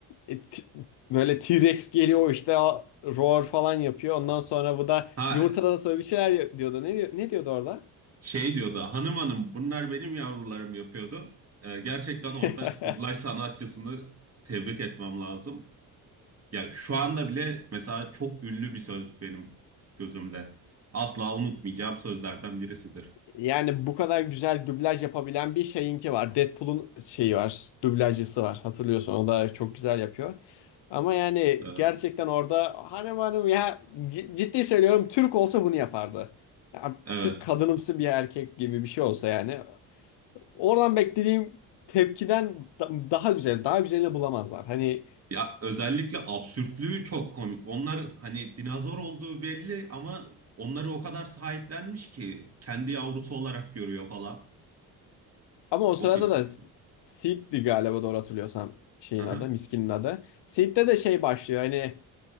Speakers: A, on the left; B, on the right.
A: e, t- böyle T-Rex geliyor işte a- roar falan yapıyor ondan sonra bu da
B: Ha
A: yumurtalara sonra bir şeyler y- diyordu ne, diyor- ne diyordu orada?
B: şey diyordu hanım hanım bunlar benim yavrularım yapıyordu. Ee, gerçekten
A: <laughs>
B: orada dublaj sanatçısını tebrik etmem lazım. Ya şu anda bile mesela çok ünlü bir söz benim gözümde. Asla unutmayacağım sözlerden birisidir.
A: Yani bu kadar güzel dublaj yapabilen bir şeyinki var. Deadpool'un şeyi var, dublajcısı var. Hatırlıyorsun o da çok güzel yapıyor. Ama yani
B: Evet.
A: gerçekten orada hanım hanım ya c- ciddi söylüyorum Türk olsa bunu yapardı. Ya,
B: Evet.
A: Türk kadınımsı bir erkek gibi bir şey olsa yani. Oradan beklediğim tepkiden da- daha güzel, daha güzelini bulamazlar. Hani
B: Ya özellikle absürtlüğü çok komik. Onlar hani dinozor olduğu belli ama onları o kadar sahiplenmiş ki kendi yavrusu olarak görüyor falan.
A: ama o
B: Çok
A: sırada
B: ilginç.
A: da Seed'di galiba doğru hatırlıyorsam şeyin
B: Aha.
A: adı, Miskin'in adı. Seed'de de şey başlıyor hani